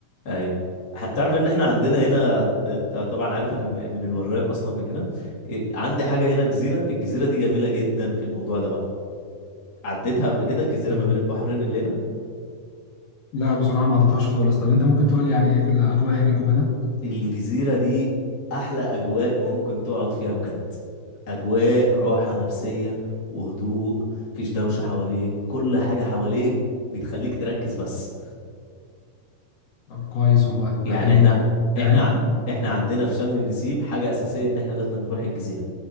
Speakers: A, on the left (about 30°); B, on the left (about 70°).
A: ايوه ح- تعرف ان احنا عندنا هنا انت طبعا عارف انا م- من الوراق اصلا من هنا إيه، عندي حاجه هنا جزيره الجزيره دي جميله جدا في الموضوع ده بقى عديتها قبل كده الجزيره
B: أيوة.
A: ما بين البحرين اللي هنا
B: لا بصراحه ما عدتهاش خالص طب انت ممكن تقول لي يعني ايه الاجواء هناك وكده
A: الجزيرة دي أحلى أجواء ممكن تقعد فيها بجد أجواء راحة نفسية وهدوء مفيش دوشة حواليك كل حاجة حواليك بتخليك تركز بس
B: طب كويس والله
A: يعني
B: ده حلو
A: احنا
B: ده يعني
A: احنا عن... احنا عندنا في شم النسيم حاجة أساسية إن احنا لازم نروح الجزيرة